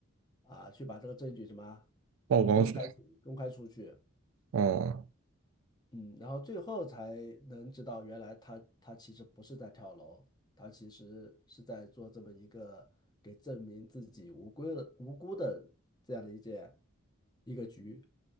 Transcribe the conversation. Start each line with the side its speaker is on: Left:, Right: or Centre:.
Left: 啊，去把这个证据什么
Right: 曝光出来。
Left: 公开公开出去。
Right: 哦
Left: 嗯，然后最后才能知道，原来他他其实不是在跳楼，他其实是在做这么一个给证明自己无辜的无辜的这样的一件一个局